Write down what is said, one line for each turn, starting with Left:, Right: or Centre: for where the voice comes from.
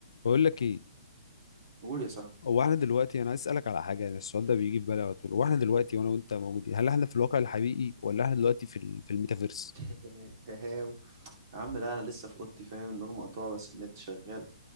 Left: بقول لك ايه
Right: قول يا صاحبي
Left: هو احنا دلوقتي انا عايز اسالك على حاجه يعني السؤال ده بيجي في بالي على طول هو احنا دلوقتي وانا وانت موجودين هل احنا في الواقع الحقيقي ولا احنا دلوقتي في ال... في الميتافيرس
Right: <laughs> هاو يا عم لا انا لسه في اوضتي فاهم النور مقطوع بس النت شغال